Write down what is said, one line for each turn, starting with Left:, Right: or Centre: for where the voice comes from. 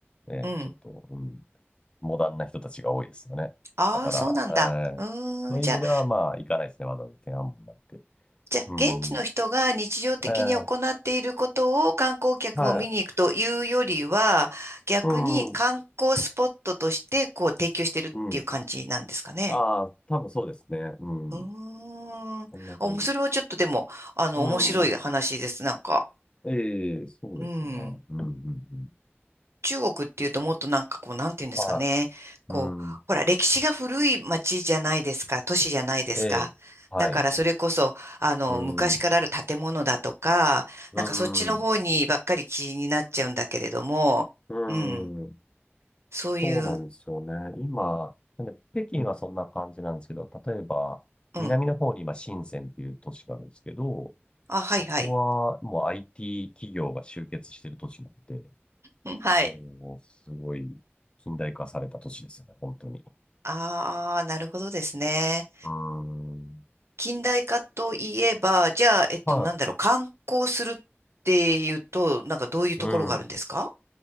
Left: ええ、
Right: うん。
Left: ちょっと、うん、モダンな人たちが多いですよね。
Right: ああ、
Left: だから、
Right: そうなんだ。
Left: ええ、
Right: うーん、
Left: そういう意味ではまあ、
Right: じゃあ、
Left: 行かないですね。わざわざ天安門なんて。
Right: じゃあ、
Left: うん。
Right: 現地の人が日常的に行っていることを観光客も見に行くというよりは、
Left: ええ、はい。
Right: 逆に観光スポットとして、
Left: うん。
Right: こう、提供してるっていう感じなんですかね。
Left: うんああ、多分そうですね。うん。
Right: うーん。
Left: そんな感じです。
Right: お、それはちょっとでも、あの、
Left: うん。
Right: 面白い話です、なんか。
Left: ええ、そうですね。
Right: うん。
Left: うん、うん、うん。
Right: 中国っていうともっとなんかこう、なんていうんですかね。
Left: は
Right: こう、
Left: い。うん。
Right: ほら、歴史が古い町じゃないですか、都市じゃないですか。
Left: ええ、はい。
Right: だからそれこそ、あの、
Left: うん。
Right: 昔からある建物だとか、
Left: うん。
Right: なんかそっちの方にばっかり気になっちゃうんだけれども、
Left: うん。
Right: うん、そういう、
Left: そうなんですよね。今、なんで北京はそんな感じなんですけど、例えば、
Right: うん。
Left: 南の方に今、深センっていう都市があるんですけど、
Right: あ、はいはい。
Left: そこはもう IT 企業が集結してる都市なんで、
Right: うんはい。
Left: もう、すごい近代化された都市ですよね、本当に。
Right: ああ、なるほどですね。
Left: うーん。
Right: 近代化といえば、じゃあ、えっと、
Left: は
Right: なんだろう、観光するっていうと、なんかどういうところがあるんですか
Left: い。うん。